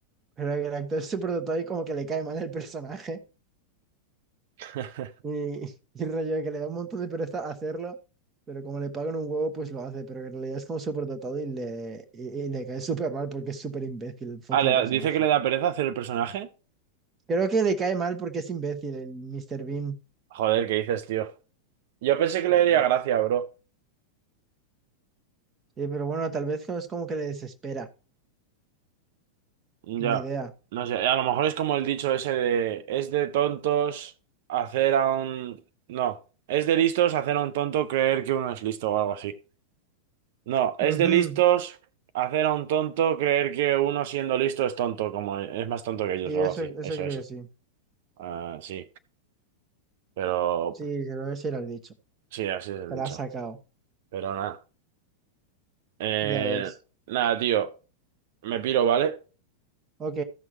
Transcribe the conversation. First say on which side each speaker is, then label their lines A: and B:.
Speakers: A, on the right; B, on the right.
A: Pero el actor es superdotado y como que le cae mal el personaje.
B: <laughs>
A: Y, y el rollo de que le da un montón de pereza hacerlo, pero como le pagan un huevo, pues lo hace. Pero en realidad es como superdotado y le, y, y le cae súper mal porque es súper imbécil el fucking
B: Ah, le da-
A: personaje.
B: dice que le da pereza hacer el personaje.
A: Creo que le cae mal porque es imbécil el Mr. Bean.
B: Joder, ¿qué dices, tío? Yo pensé que
A: No,
B: le daría
A: no.
B: gracia, bro.
A: Sí, pero bueno, tal vez es como que le desespera.
B: Ya,
A: Ni idea.
B: no sé, a lo mejor es como el dicho ese de, es de tontos hacer a un... No, es de listos hacer a un tonto creer que uno es listo o algo así. No, es
A: Ujú.
B: de listos hacer a un tonto creer que uno siendo listo es tonto, como es más tonto que ellos
A: Sí, eso,
B: o algo así.
A: eso
B: Eso,
A: creo
B: eso.
A: que sí.
B: Ah, sí, pero
A: Sí, creo que sí era el dicho.
B: Sí, así es el
A: Te la
B: dicho.
A: has sacado.
B: Pero nada. Eh,
A: Ya ves.
B: nada, tío. Me piro, ¿vale?
A: Ok,